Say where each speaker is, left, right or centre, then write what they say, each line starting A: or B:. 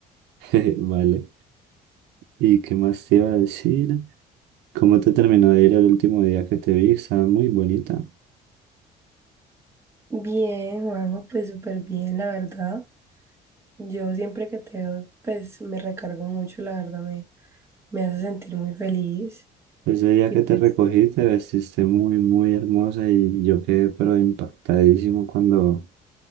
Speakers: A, on the right; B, on the right.
A: <laughs> Jeje, Vale. ¿Y qué más te iba a decir? ¿Cómo te terminó de ir el último día que te vi? Estabas muy bonita.
B: Bien, Juanjo, pues súper bien, la verdad. Yo siempre que te veo, pues me recargo mucho, la verdad, me, me hace sentir muy feliz.
A: Ese día
B: Y
A: que
B: pues,
A: te recogí te vestiste muy, muy hermosa y yo quedé pero impactadísimo cuando,